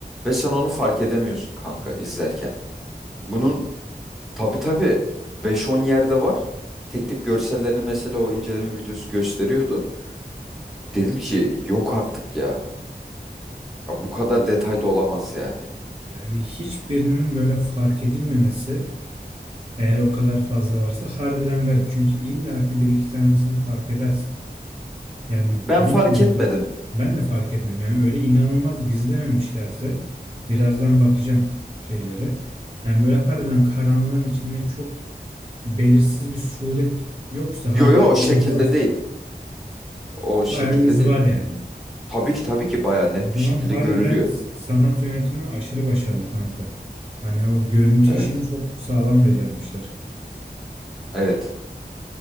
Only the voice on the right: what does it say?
Allah
Allah.
Yani hiçbirinin böyle fark edilmemesi eğer o kadar fazla varsa harbiden garip. Çünkü illaki bir iki tanesini fark edersin. Yani
bilmiyorum
gerçi. Ben de fark etmedim. Yani öyle inanılmaz gizlememişlerse birazdan bakacağım şeylere. Yani böyle harbiden karanlığın içinde çok belirsiz bir suret yoksa
harbiden
yüz varsa
bayağı yüz
var yani.
O zaman
harbiden
sanat yönetimi aşırı başarılı kanka. Hani o görüntü
işini çok sağlam becermişler.